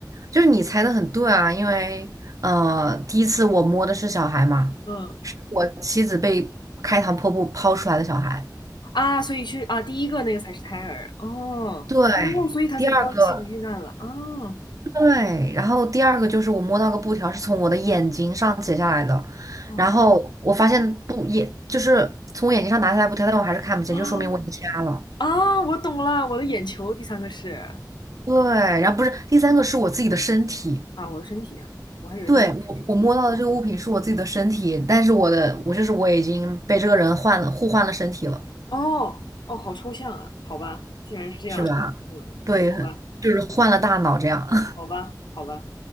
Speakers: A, on the right; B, on the left.
A: 就是你猜的很对啊，因为呃，第一次我摸的是小孩嘛，
B: 嗯。
A: 是我妻子被开膛破肚抛出来的小孩。
B: 啊，所以是啊，第一个那个才是胎儿哦哦，
A: 对，
B: 所以他才知道妻子遇难了啊
A: 第二个。对，然后第二个就是我摸到个布条是从我的眼睛上剪下来的，
B: 啊
A: 然后我发现布也就是从我眼睛上拿下来布条，但我还是看不见，
B: 啊
A: 就说明我已经瞎了。
B: 啊！我懂了，我的眼球，第三个是
A: 对，然后不是第三个是我自己的身体，
B: 啊，我的身体啊，我还以为是我的眼球
A: 对，我我摸到的这个物品是我自己的身体，但是我的我就是我已经被这个人换了互换了身体了，
B: 哦哦，好抽象啊，好吧，竟然是这样的，
A: 是吧？
B: 嗯，
A: 对，
B: 好吧，
A: 就是换了大脑这样。<laughs>
B: 好吧，好吧，